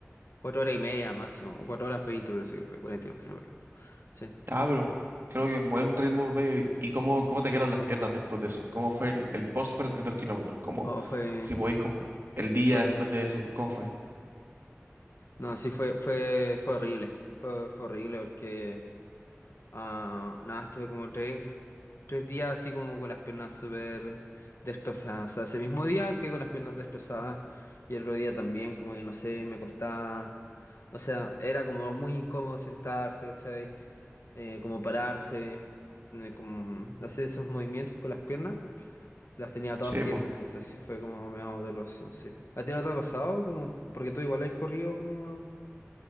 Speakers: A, on the left; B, on the right.
A: cuatro horas y media máximo. O cuatro horas veinte, pero sé que fue 42 kilómetros. Sí.
B: Ah, pero creo que en buen ritmo medio. ¿Y, y cómo, cómo te quedaron las piernas después de eso? ¿Cómo fue el, el post 42 kilómetros? Como,
A: Oh, fue,
B: si podéis, como el día
A: fue.
B: después de eso, ¿cómo fue?
A: No, sí, fue, fue, fue horrible. Fue, fue horrible porque. ah, nada, estuve como tres. Tres días así como con las piernas súper destrozadas. O sea, ese mismo día que con las piernas destrozadas. Y el otro día también, como que no sé, me costaba. O sea, era como muy incómodo sentarse, ¿cachai? Eh, como pararse, eh, como hacer esos movimientos con las piernas. Las tenía todas
B: Sí,
A: tiesas,
B: pues.
A: entonces sí fue como medio doloroso, sí. ¿A ti no te ha pasado? Como, porque tú igual has corrido como,